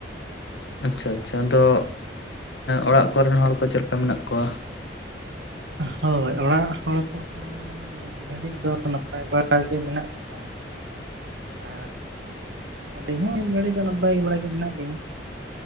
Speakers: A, on the left (about 80°); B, on the right (about 85°).
A: ᱟᱪᱪᱷᱟ ᱟᱪᱪᱷᱟ ᱟᱫᱚ ᱚᱲᱟᱜ ᱮ ᱠᱚᱨᱮᱱ ᱦᱚᱲ ᱠᱚ ᱪᱮᱫ ᱞᱮᱠᱟ ᱢᱮᱱᱟᱜ ᱠᱚᱣᱟ?
B: ᱦᱳᱭ ᱚᱲᱟᱜ ᱦᱚᱲ ᱠᱚᱦᱚᱸᱻ, <inaudible> ᱱᱤᱛ ᱜᱷᱟᱹᱲᱤᱡ ᱫᱚ ᱱᱟᱯᱟᱭ ᱵᱟᱲᱟ ᱜᱮ ᱢᱮᱱᱟᱜ ᱠᱚᱣᱟ। ᱟᱻ ᱟᱹᱞᱤᱧ ᱦᱚᱸ ᱱᱤᱫ ᱜᱷᱟᱹᱲᱤᱡ ᱫᱚ ᱱᱟᱯᱟᱭ ᱵᱟᱲᱟ ᱜᱮ ᱢᱮᱱᱟᱜ ᱞᱤᱧᱟᱹ।